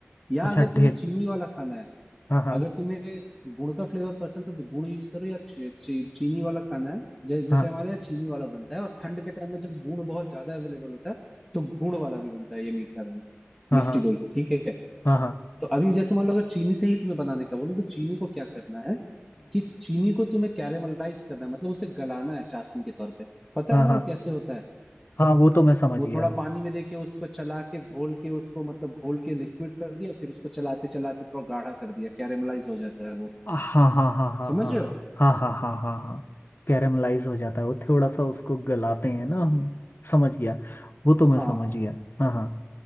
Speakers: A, in the centre; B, on the left.
A: या
B: अच्छा
A: अगर तुम्हें
B: ढेल
A: चीनी वाला खाना है
B: हाँ हाँ
A: अगर तुम्हें गुड़ का फ्लेवर पसंद है तो गुड़ यूज करो या ची, ची, चीनी वाला खाना है जै, जैसे
B: हाँ
A: हमारे यहाँ चीनी वाला बनता है और ठंड के टाइम में जब गुड़ बहुत ज्यादा अवेलेबल होता है तो गुड़ वाला भी बनता है ये मीठा दही
B: हाँ
A: मिष्टी
B: हाँ
A: दही ठीक है
B: हाँ हाँ
A: तो अभी जैसे मान लो अगर चीनी से ही तुम्हें बनाने का बोलो तो चीनी को क्या करना है कि चीनी को तुम्हें कैरेमलाइज करना है मतलब उसे गलाना है चाशनी के तौर पे पता
B: हाँ
A: है ना
B: हाँ हाँ
A: वो कैसे होता है
B: हाँ वो तो मैं समझ
A: वो
B: गया
A: थोड़ा पानी में देके उसको चला के घोल के उसको मतलब घोल के लिक्विड कर दिया फिर उसको चलाते चलाते थोड़ा गाढ़ा कर दिया कैरेमलाइज हो जाता है वो
B: हाँ हाँ हाँ हाँ
A: समझ
B: हाँ
A: रहे हो
B: हाँ हाँ हाँ हाँ हाँ हाँ कैरेमलाइज हो जाता है वो थोड़ा सा उसको गलाते हैं ना हम समझ गया वो तो मैं
A: हाँ
B: समझ गया हाँ हाँ